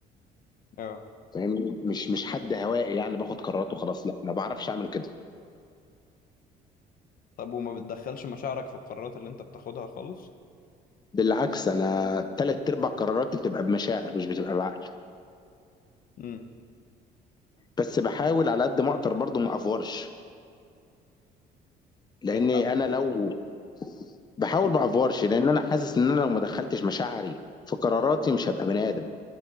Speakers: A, on the left (about 55°); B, on the left (about 25°).
A: اه
B: فاهمني مش مش حد هوائي يعني باخد قرارات وخلاص لا ما بعرفش اعمل كده
A: طب وما بتدخلش مشاعرك في القرارات اللي انت بتاخدها خالص
B: بالعكس انا ثلاث ارباع قراراتي بتبقى بمشاعر مش بتبقى بعقل
A: امم
B: بس بحاول على قد ما اقدر برضه ما افورش لاني
A: بتحاول
B: انا لو بحاول
A: تفكر.
B: ما افورش لان انا حاسس ان انا لو ما دخلتش مشاعري في قراراتي مش هبقى بني ادم